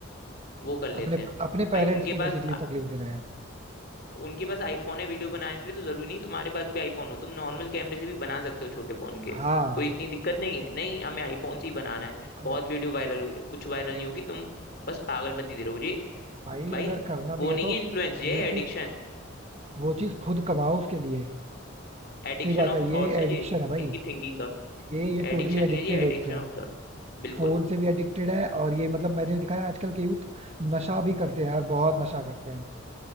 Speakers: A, on the left (about 50°); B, on the right (about 30°).
A: वो कर लेते
B: अपने
A: हैं
B: अपने
A: भाई
B: पेरेंट्स
A: उनके
B: को
A: पास
B: बेसिकली तकलीफ दे रहे हैं यार
A: उनके पास आईफोन है वीडियो बनाने के लिए तो जरूरी नहीं तुम्हारे पास भी आईफोन हो तुम नॉर्मल कैमरे से भी बना सकते हो छोटे फोन के
B: हाँ
A: कोई इतनी दिक्कत नहीं है नहीं हमें आईफोन से ही बनाना है
B: अब
A: बहुत वीडियो वायरल हुई कुछ वायरल नहीं होगी तुम बस पागल मत ही रहो ये
B: भाई
A: भाई
B: अगर करना
A: वो
B: भी है
A: नहीं
B: तो
A: है इन्फ्लुएंस ये
B: वो
A: है एडिक्शन
B: चीज वो चीज खुद कमाओ उसके लिए
A: एडिक्शन
B: सही बात
A: ऑफ
B: है ये
A: थॉट्स है
B: एडिक्शन
A: ये
B: है भाई
A: इनकी थिंकिंग का
B: ये ये
A: एडिक्शन
B: टोटली
A: नहीं
B: एडिक्टेड
A: है ये एडिक्शन
B: हो चुके हैं
A: ऑफ थॉट बिल्कुल
B: फोन से भी एडिक्टेड है और ये मतलब मैंने दिखाया आजकल के यूथ नशा भी करते हैं यार बहुत नशा करते हैं